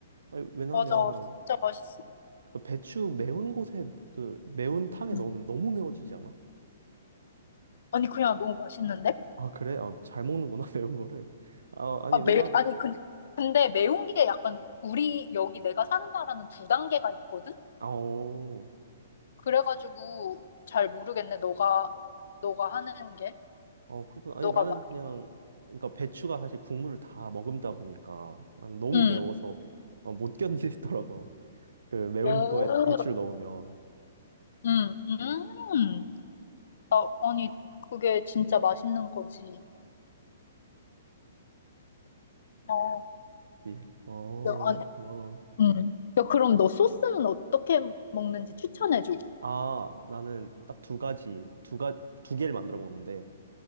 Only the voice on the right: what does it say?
아니, 왜냐면
그 배추 매운 곳에 그 매운 탕에
넣으면 너무 매워지지 않아?
아 그래? 아, 잘 먹는구나 <laughs> 매운 거를. 아 아니
왜냐면
아어 어
어, 그렇구나. 아니
나는
그냥 그러니까 배추가 사실 국물을 다 머금다 보니까 나는 너무
매워서 어, 못 견디더라고. 그 매운
거에 배추를 넣으면.
예. 어,
어.
아, 나는 딱 두 가지, 두 가, 두 개를 만들어 먹는데,